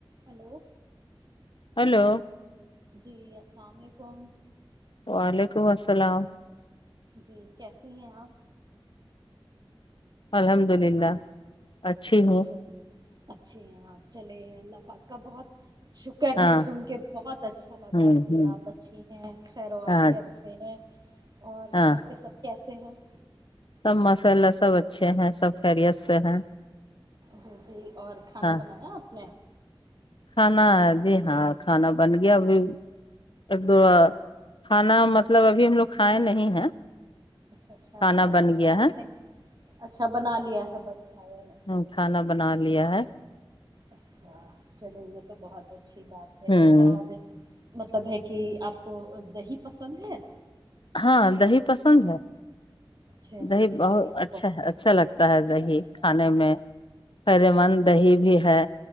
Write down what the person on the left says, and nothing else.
hello
وعلیکم السلام
الحمد للہ اچھی ہوں
ہاں
ہوں
ہوں
ہاں
ہاں
سب مساللہ سب اچھے ہیں سب خیریت سے ہیں
ہاں
کھانا جی ہاں کھانا بن گیا ابھی ایک دو کھانا مطلب ابھی ہم لوگ کھائے نہیں ہیں
کھانا
بن گیا
ہے
ہ کھانا بنا لیا ہے
ہوں
ہاں دہی پسند ہے
دہی
بہت
اچھا
اچھا لگتا
ہے دہی
کھانے
میں فائدے مند دہی بھی ہے